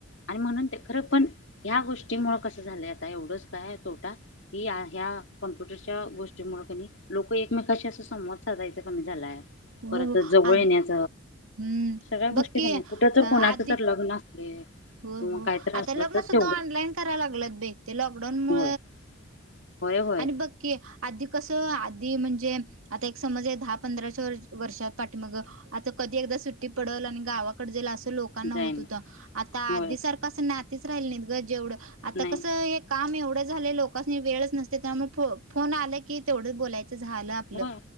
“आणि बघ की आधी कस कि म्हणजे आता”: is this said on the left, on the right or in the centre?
Right